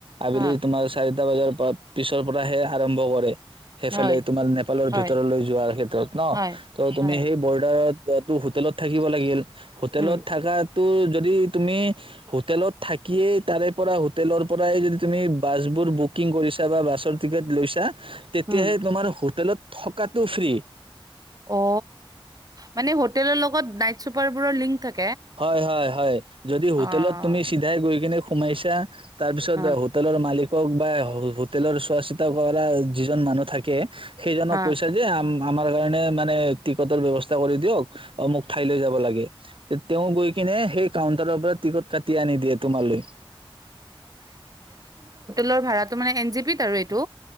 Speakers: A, on the right; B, on the right.
A: আবেলি
B: হা,
A: তোমাৰ চাৰিটা বজাৰ পৰা পিছৰ পৰা হে আৰম্ভ কৰে। হেফালে
B: হয়,
A: তোমাৰ নেপালৰ
B: হয়,
A: ভিতৰলৈ যোৱাৰ ক্ষেত্ৰত ন?
B: হয়,
A: তৌ তুমি
B: হয়,
A: সেই ব'ৰডাৰত টো হোটেলত থাকিব লাগিল। হোটেলত
B: উম,
A: থাকা তোৰ যদি তুমি হোটেলত থাকিয়েই তাৰে পৰা হোটেলৰ পৰাই যদি তুমি বাছবোৰ বুকিং কৰিছা বা বাছৰ টিকট লৈছা। তেতিয়া
B: উম।
A: হে তোমাৰ হোটেলত থকাতো ফ্ৰী।
B: অ', মানে হোটেলৰ লগত নাইট চোপাৰবোৰৰ লিংক থাক
A: হয়‌, হয়, হয় যদি
B: অ',
A: হোটেলত তুমি চিধাই গৈ কেনে সোমাইছা। তাৰ পিছত
B: হা,
A: হোটেলৰ মালিক কক বা হোটেলৰ চোৱা চিতা কৰা যিজন মানুহ থাকি <unintelligible> সেইজনক
B: হা।
A: কৈছে যে, আম আমাৰ কাৰণে মানে টিকটৰ ব্যৱস্থা কৰি দিয়ক অমোক ঠাইলৈ যাব লাগে। তেওঁ গৈ কিনে সেই কাউণ্টাৰৰ পৰা টিকট কাটি আনি দিয়ে তোমালৈ।
B: লৰ ভাড়াটো মান এ জি পিত আৰু এইটো